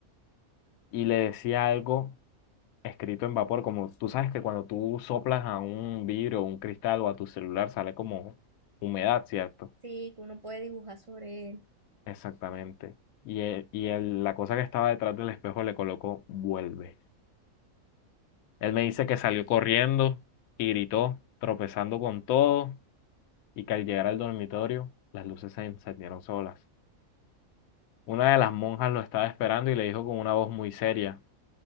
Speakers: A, on the left; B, on the right.
A: Y le decía algo escrito en vapor, como tú sabes que cuando tú soplas a un vidrio o un cristal o a tu celular sale como humedad, ¿cierto?
B: Sí, que uno puede dibujar sobre él.
A: Exactamente. Y, el- y el- la cosa que estaba detrás del espejo le colocó vuelve. Él me dice que salió corriendo y gritó, tropezando con todo, y que al llegar al dormitorio las luces se encendieron solas. Una de las monjas lo estaba esperando y le dijo con una voz muy seria,